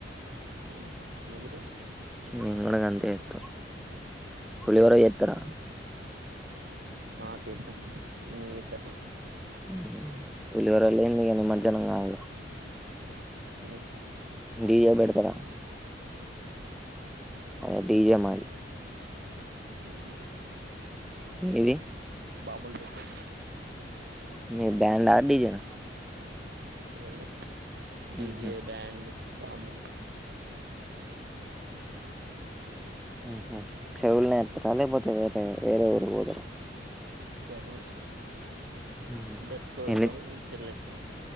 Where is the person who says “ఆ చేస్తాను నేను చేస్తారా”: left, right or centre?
Right